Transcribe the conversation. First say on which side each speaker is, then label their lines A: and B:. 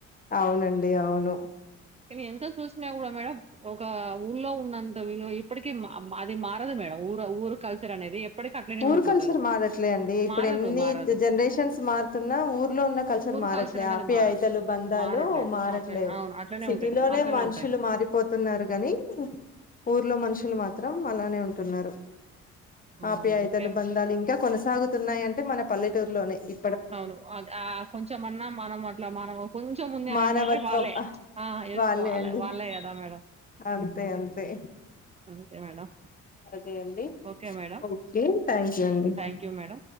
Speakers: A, on the left (about 30°); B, on the right (about 20°).
A: అవునండి అవును
B: కాని ఎంత చూసినా కూడా మేడం ఒక ఊల్లో ఉన్నంత వీలు ఇప్పటిక అది మారదు మేడం ఊర ఊరు కల్చర్ అనేది ఎప్పటికి అట్లనే
A: ఊర్
B: ఉండిపోతారు
A: కల్చర్ మారట్లే అండి ఇప్పుడు
B: మారదు
A: ఎన్ని
B: మారదు
A: జనరేషన్స్ మారుతున్నా ఊర్లో ఉన్న కల్చర్
B: ఊరు
A: మరట్లే
B: అనేది
A: ఆప్యాయితలు
B: మారదు
A: బంధాలు
B: మారట్లేదు
A: మారట్లేవు
B: ఓకే అవును అట్లనే
A: సిటీ
B: ఉంటాయి
A: లోనే
B: అట్లనే
A: మనుషులు
B: ఉంటాయి
A: మారిపోతు ఉన్నారు గాని ఊర్లో మనుషులు మాత్ మాత్రం అలానే ఉంటున్నారు
B: ఆ!
A: ఆప్యాయితలు
B: ఓకే
A: బంధాలు ఇంకా కొన సాగుతున్నాయి అంటే మన పల్లెటూరులోనే ఇ
B: అవును అదే ఆ కొంచమ అన్నా మనం అట్లా మనం కొంచెం ఉంది అనింట
A: మానవత్వం
B: అంటే వాళ్ళే ఆ ఎస్
A: వాళ్ళే
B: వాలే
A: అండి
B: వాళ్ళే కదా మేడం
A: అంతే అంతే
B: అంతే మేడం
A: అదే అండి
B: okay madam
A: okay thank you అండి
B: థ్యాంక్ యూ మేడం